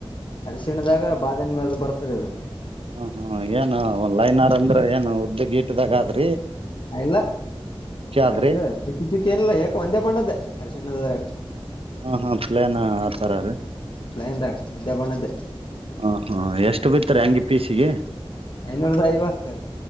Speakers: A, on the left; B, on the right.
A: ಅರಿಶಿಣದಾಗ ಬಾದಾಮಿ ಅದು ಬರ್ತರಿ ಅದು.
B: ಹ್ಮ ಹ್ಮ ಏನ್ ಒ ಲೈನರ್ ಅಂದ್ರೆ ಏನ್ ಉದ್ದ ಗೀಟದಾಗ ಆದ್
A: ಇಲ್ಲ
B: ಆದ್ರಿ
A: ಇದು ಒಳೆ ಚಿಕ್ಕ ಚಿಕ್ಕಿ ಏನಿಲ್ಲ ಏಕ ಒಂದೇ ಬಣ್ಣದ್ದೇ ಅರಶಿಣ್ಣದದ್ರಾಗ.
B: ಹ ಹಾ ಪ್ಲೇನ್ ಆತರ ರೀ.
A: ಪ್ಲೈನ್ದಾಗ ವಂದ್ಯಾ ಬಣ್ಣದ್ದೆ
B: ಹ ಹಾ ಎಷ್ಟು ಬಿತ್ತ್ರಿ ಹಂಗಿ ಪೀಸಿಗೆ
A: ಐನೂರುದ ಐವತ್ತು